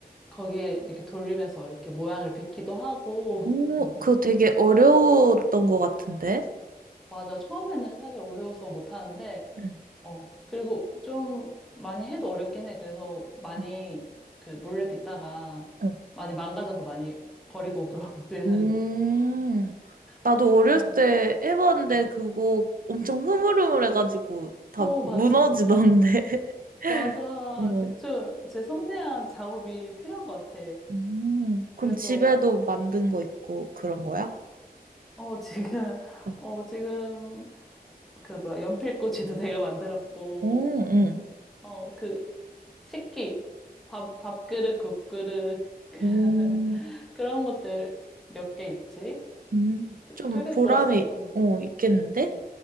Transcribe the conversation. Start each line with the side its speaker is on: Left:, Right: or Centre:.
Centre: 거기에 이렇게 돌리면서 이렇게 모양을 빚기도 하고,
Right: 오,
Centre: <laughs>
Right: 그거 되게 어려웠던 것 같은데?
Centre: 맞아. 처음에는 사실 어려워서 못 하는데,
Right: 응,
Centre: 어, 그리고 좀 많이 해도 어렵긴 해. 그래서 많이
Right: 응,
Centre: 그 물을 빚다가
Right: 응.
Centre: 많이 망가져서 많이 버리고 그러거든.
Right: 음. 나도
Centre: <laughs>
Right: 어렸을
Centre: 어,
Right: 때 해봤는데
Centre: 음.
Right: 그거 엄청 흐물흐물해가지고 다
Centre: 어,
Right: 무너지던데.
Centre: 맞아, 맞아. 맞아.
Right: <laughs> 어.
Centre: 진짜 제 섬세한 작업이 필요한 것 같아.
Right: 음, 그럼
Centre: 그래서
Right: 집에도
Centre: 막,
Right: 만든
Centre: 음.
Right: 거 있고 그런 거야?
Centre: 어, 지금,
Right: 어.
Centre: <laughs> 어, 지금, 그 뭐야, 연필꽂이도 내가 만들었고,
Right: 오, 응.
Centre: 어, 그, 식기, 밥, 밥그릇, 국그릇, <laughs>
Right: 오,
Centre: 그런 것들 몇 개 있지.
Right: 음,
Centre: 되-
Right: 좀
Centre: 되게
Right: 보람이
Centre: 좋았어. 어.
Right: 어, 있겠는데?